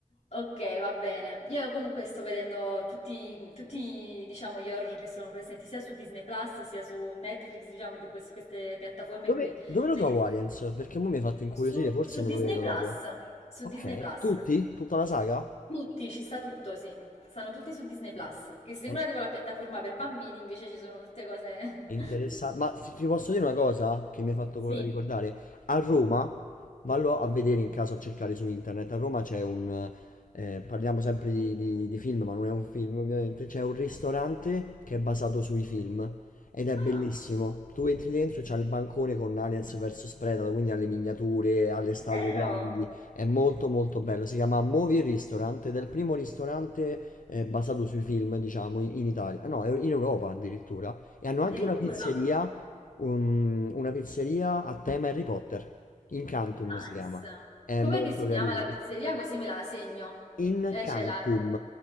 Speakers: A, on the left (about 55°); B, on the left (about 80°).
A: Ok, va bene. Io comunque sto vedendo tutti, tutti, diciamo, gli horror che sono presenti sia su Disney Plus sia su Netflix, diciamo, di quest- queste piattaforme
B: Dove,
A: qui.
B: dove lo
A: Me
B: trovo
A: li-
B: Aliens? Perché mo mi hai fatto incuriosire,
A: Su,
B: forse
A: su
B: me
A: Disney
B: lo vedo
A: Plus,
B: dopo.
A: su
B: Ok,
A: Disney Plus.
B: tutti? Tutta la saga?
A: Tutti, ci sta tutto, sì. Stanno tutti su Disney Plus, che sembra
B: Eh,
A: tipo la piattaforma per bambini, invece ci sono tutte cose... <laughs>
B: Interessante, ma se ti posso dire una cosa che mi hai fatto
A: Sì.
B: co- ricordare, a Roma, vallo a vedere in caso a cercare su internet, a Roma c'è un, eh, parliamo sempre di, di- di film, ma non è un film ovviamente, c'è un ristorante che è basato sui film ed è
A: Ah,
B: bellissimo, tu entri dentro e c'è il bancone con Aliens vs Predator, quindi alle miniature, alle statue
A: vero?
B: grandi, è molto molto bello, si chiama Movie Restaurant ed è il primo ristorante eh, basato sui film, diciamo, in in Italia, no, è in Europa addirittura. E hanno
A: Addirittura.
B: anche una pizzeria, un- una pizzeria a tema Harry Potter. Incantum
A: Nice.
B: si chiama. È
A: Com'è
B: molto
A: che si
B: carino.
A: chiama la pizzeria? Così me la segno.
B: Incantum,
A: Eh, c'è la